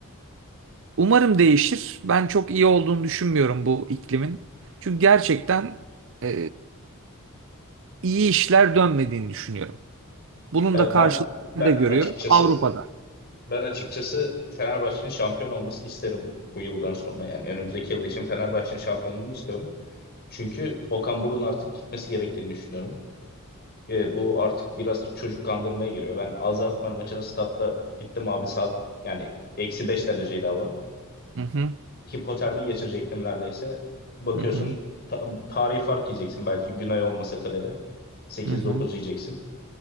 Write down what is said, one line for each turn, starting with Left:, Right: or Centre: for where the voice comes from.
Right: Umarım değişir. Ben çok iyi olduğunu düşünmüyorum bu iklimin. Çünkü gerçekten e, iyi işler dönmediğini düşünüyorum. Bunun
Left: Ya
Right: da karşılığını
Left: ben ben
Right: da görüyorum
Left: açıkçası
Right: Avrupa'da.
Left: ben açıkçası Fenerbahçe'nin şampiyon olmasını isterim bu yıldan sonra. Yani önümüzdeki yıl için Fenerbahçe'nin şampiyonluğunu istiyorum. Çünkü Okan Buruk'un artık gitmesi gerektiğini düşünüyorum. E, bu artık biraz çocuk kandırmaya giriyor. Ben AZ Alkmaar maçına statta gittim abi saat yani eksi 5 dereceydi hava.
Right: Hı hı,
Left: Hipotermi geçirecektim neredeyse. Bakıyorsun
Right: hı hı,
Left: ta- tarihi fark yiyeceksin belki Günay olmasa kalede. sekiz
Right: hı hı.
Left: dokuz yiyeceksin.